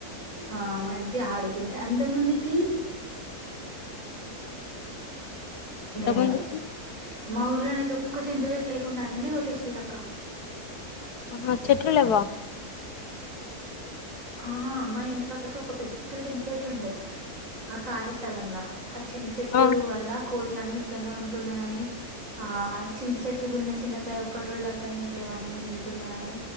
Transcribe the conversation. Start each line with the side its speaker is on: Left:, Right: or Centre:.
Right: ఆ మంచిగా ఆడుకుంటాయ్ అంత ముందుకి ఉంటాయి
Left: ఎంత
Right: కదా
Left: మంది
Right: మా ఊర్ళలనైతే ఒక్క చింత చెట్టు లేకుండా అన్ని కొట్టేసిల్ అక్క
Left: ఆ చెట్లు లెవ్వ
Right: ఆహా మా ఇంటి పక్కకు ఒక పెద్ద చింత్ చెట్టు ఉండే ఆ ఖాళీ స్థలంలా ఆ చింత చెట్టు
Left: ఆ
Right: వల్ల కోతులన్నీ ఇక్కనే ఉంటున్నాయని ఆ చింత చెట్టుకు ఉన్న చింతకాయ ఒకటి కూడ దక్కనియట్లేవన్నీ తింటున్నయిని